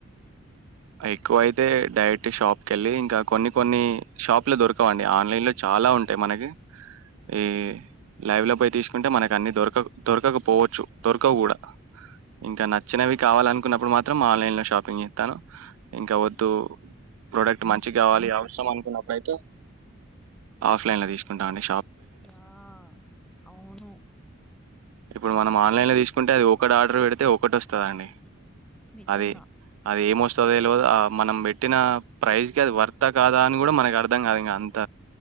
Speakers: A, on the right; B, in the centre.
A: ఎక్కువ అయితే డైరెక్ట్ షాప్కెళ్ళి ఇంకా కొన్ని కొన్ని షాప్లు దొరకవండి ఆన్ లైన్లో చాలా ఉంటాయి మనకి ఈ లైవ్లో పోయి తీసుకుంటే మనకన్ని దొరకవ్ దొరకకపోవచ్చు దొరకవు కూడా ఇంకా నచ్చినవి కావాలనుకున్నప్పుడు మాత్రం ఆన్ లైన్లో షాపింగ్ చేస్తాను ఇంకా వద్దు ప్రోడక్ట్ మంచిగ కావాలి అవసరం అనుకున్నప్పుడుయితే ఆఫ్ లైన్లో తీసుకుంటామండి
B: ఆహ్ అవును
A: ఇప్పుడు మనం ఆన్ లైన్లో తీసుకుంటే అది ఒకటి ఆర్డర్ పెడితే ఒకటి వస్తదండి
B: నిజంగా
A: అది అది ఏమొస్ తెల్వదా ఆహ్ మనం పెట్టిన ప్రైజ్ కి అది వర్తా కాదా అని కూడా మనకి అర్థం కాదు ఇంగా అంత